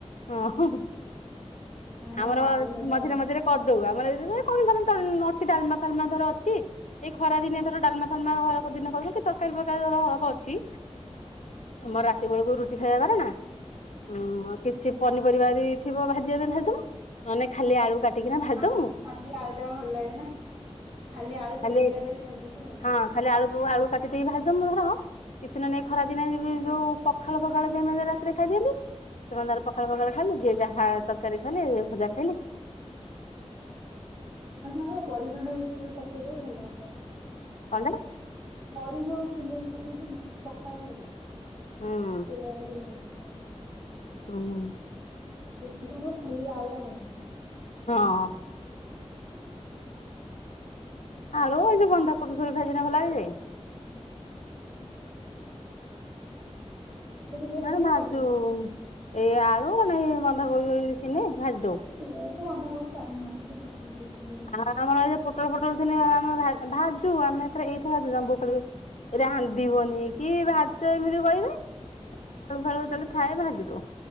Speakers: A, on the left; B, on the right.
A: ହଁ,
B: ନହେଲେ
A: ଆମର
B: ଆଳୁ ଭଜା
A: ମଝିରେ
B: ଭଲ ଲାଗେ।
A: ମଝିରେ କରି ଦଉ ଆମର କଣ ଧର ଅଛି ଡାଲମା ଫାଲମା ଧର ଅଛି, ଏଇ ଖରା ଦିନିଆ ଧର ଡାଲମା <unintelligible> କି ତରକାରୀ ଫରକାରୀ ଧର ହଳବ ଅଛି।
B: ହଁ।
A: ଆମର ରାତି ବେଳକୁ ରୁଟି ଖାଇବା। <unintelligible>
B: ହଁ
A: କିଛି ପନିପରିବା ଯଦି ଥିବ ଭାଜିିବା ପାଇଁ ଭାଜି ଦବୁ। ନହେଲେ ନାଇଁ ଖାଲି ଆଳୁ କାଟିକିନା ଭାଜି
B: ନା
A: ଦଉ।
B: ନା ଖାଲି ଆଳୁ ଟା ଭଲ ଲାଗେ ନା ଖାଲି ଆଳୁ ତେଲ
A: ଖାଲି
B: ତେଲ କରି ଭାଜୁଛି ଭଲ ଲାଗେ।
A: ହଁ, ଖାଲି ଆଳୁ ବ ଆଳୁ କଟି ଦେଇକି ଭାଜି ଛତୁ ଧର, କିଛି ନହେଲେ ନାଇଁ ଏଇ ଖରା ଦିନେ ଯି ଯୋଉ ପଖାଳ-ଫଖାଳ ଥିବ ହେରା ରାତିରେ ଖାଇ ଦିଅନ୍ତି। ସେମାନେ ତାଙ୍କର ପଖାଳ-ଫଖାଳ ଖାଇଲେ, ଯିଏ ଯାହା ତରକାରୀ ଖାଇଲେ, ଭଜା ଖାଇଲେ।
B: ହଁ ସାଙ୍ଗ <unintelligible> ପକେଇଦବ ଭଲ <unintelligible>
A: କଣ ଟେ?
B: ବଢ଼ି ଯୋଉ ଚୁନେଇକି ପକୁଅନ୍ତିନି ନା ପଖାଳ ଖାଇଲେ
A: ହୁଁ
B: <unintelligible> ଭଲ ଲାଗିବ। ହଁ ହୁଁ।
A: ହୁଁ।
B: ରୋଟି ତ ମୁ ଖାଲି ଆଳୁ ଟା <unintelligible>
A: ହଁ। ଆଳୁ ଏଇ ଯଉ ବନ୍ଧକୋବି ଫୋବି ଭାଜିିନେ ଭଲ ଲାଗେଜେ।
B: ହୁଁ। <unintelligible>
A: ମେ ଭାଜୁ
B: ଲାଗିବ।
A: ଏଇ ଆଳୁ ନାଇଁ ବନ୍ଧା କୋବି ଥିନେ ଭାଜି ଦଉ।
B: ଇଏତ ବନ୍ଧାକୋବି ଖାଇନହାନ୍ତି ପୋକ ହେଇଜିବ ବୋଲି।
A: ଆମର ଏ ପୋଟଳ ଫୋଟଳ ଥିଲେ ଆମ ଭାଜୁ ଆମେ ଏଥରେ ଏଇଥରେ <unintelligible> ରାନ୍ଧିବନି କି ଭାଯୁଚ ଏମିତି କହିବେ। ଏଇ ଆଳୁ ଫାଳୁ ଯେତେବେଳେ ଥାଏ ଭାଜିଦୋଉ।